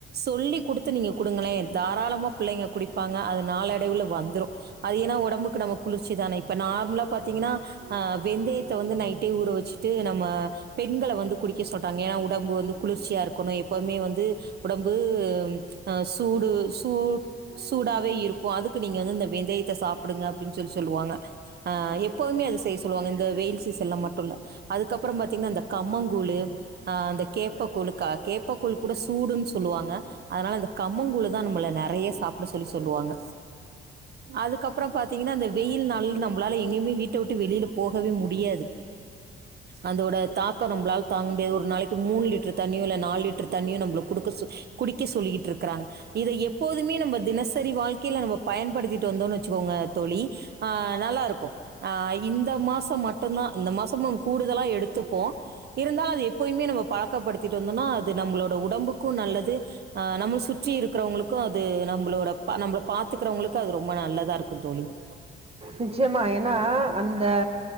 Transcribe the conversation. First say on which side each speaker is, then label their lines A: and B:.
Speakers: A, on the right; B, on the right.
A: சொல்லி குடுத்து நீங்க குடுங்களே தாராளமா பிள்ளைங்க குடிப்பாங்க அது நாளடைவுல வந்துரு அது ஏனா ஒடம்புக்கு நம்ம குளிர்ச்சிதானே இப்ப நார்மலா பாத்தீங்கன்னா ஆ வெந்தயத்த வந்து நைட்டே ஊற வச்சுட்டு நம்ம பெண்கள வந்து குடிக்க சொல்றாங்க ஏனா உடம்பு வந்து குளிர்ச்சியா இருக்கணு எப்போமே வந்து ஒடம்பு அ சூடு சூ சூடாவே இருக்கு அதுக்கு நீங்க வந்து இந்த வெந்தயத்த சாப்புடுங்க அப்டின் சொல்லி சொல்லுவாங்க ஆ எப்போதுமே அத செய்ய சொல்லுவாங்க இந்த வெயில் சீசன்ல மட்டு இல்ல அதுக்கப்புறோ பாத்தீங்கன்னா இந்த கம்மங்கூழ், ஆ அந்த கேப்பக்கூழு க கேப்பக்கூழ் கூட சூடுன் சொல்லுவாங்க அதனால அந்த கம்மங்கூழ்தா நம்மள நெறைய சாப்ட சொல்லி சொல்லுவாங்க அதுக்கப்புறோ பாத் தீங்கன்னா இந்த வெயில்னாலே நம்மளால எங்கயுமே வீட்ட விட்டு வெளில போகவே முடியாது அந்தோட தாக்கோ நம்ளால தாங்க முடியாது ஒரு நாளைக்கு மூணு லிட்டர் தண்ணியு இல்ல நாலு லிட் ட்ரு தண்ணியு நம்மள குடுக்க சொ குடிக்க சொல்லிகிட்டுருக்கிறாங்க இத எப்போதுமே நம்ம தினசரி வாழ்க்கைல நம்ம பயன்படுத்திட்டு வந்தோன்னு வச்சுக்கோங்க தோழி ஆ நல்லாருக்கு ஆ இந்த மாசோ மட்டுந்தா இந்த மாசமோ கூடுதலா எடுத்துப்போ இருந்தாலு அது எப்பைமே நம்ம பழக்கப்படுத்திட்டுருந்தோனா அது நம்மளோட உடம்புக்கு நல்லது ஆ நம்ம சுற்றி இருக்கிறவங்களுக்கு அது நம்பளோட பா நம்பள பாத்துக்கிறவங்களுக்கு அது ரொம்ப நல்லதா இருக்கும் தோழி <unintelligible>
B: நிச்சயமா ஏனா அந்த